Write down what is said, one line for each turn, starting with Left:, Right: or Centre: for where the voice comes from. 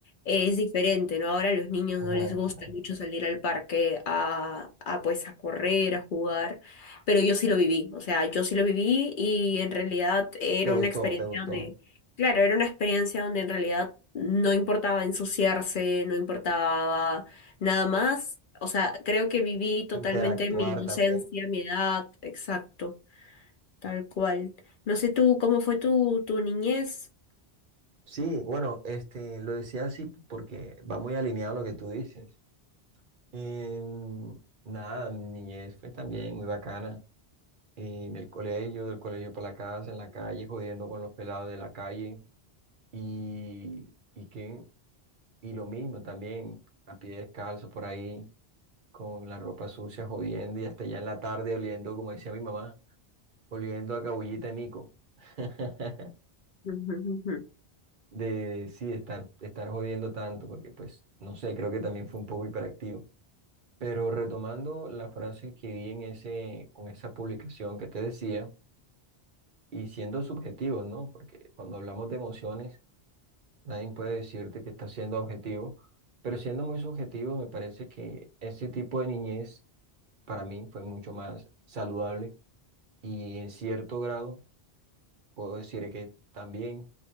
Left: eh, es diferente, ¿no? Ahora a los niños
Right: Ajá.
Left: no les gusta mucho salir al parque a, a pues a correr, a jugar, pero yo sí lo viví, o sea, yo sí lo viví y en realidad era
Right: Te gustó,
Left: una experiencia
Right: te gustó.
Left: donde... Claro, era una experiencia donde en realidad no importaba ensuciarse, no importaba nada más. O sea, creo que viví totalmente
Right: Interactuar
Left: mi inocencia,
Right: también.
Left: mi edad, exacto, tal cual. No sé tú, ¿cómo fue tu, tu niñez?
Right: Sí, bueno, este, lo decía así porque va muy alineado a lo que tú dices. Em, nada, mi niñez fue también muy bacana. eh, En el colegio, del colegio para la casa, en la calle, jodiendo con los pelados de la calle. Y, y, qué- y lo mismo también, a pie descalzo por ahí con la ropa sucia, jodiendo y hasta ya en la tarde oliendo, como decía mi mamá, oliendo a cabullita y mico. <laughs>
Left: Ujú, ujú.
Right: De, de- sí, de estar, de estar jodiendo tanto, porque pues, no sé, creo que también fue un poco hiperactivo. Pero retomando la frase que vi en ese, con esa publicación que te decía, y siendo subjetivos, ¿no? Porque cuando hablamos de emociones, nadie puede decirte que está siendo objetivo, pero siendo muy subjetivos, me parece que ese tipo de niñez para mí fue mucho más saludable y en cierto grado puedo decir que también